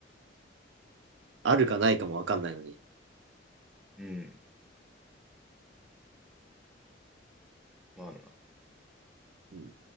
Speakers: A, on the right; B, in the centre.
A: あるかないかもわかんないのに。
B: うん、まあな。
A: うん。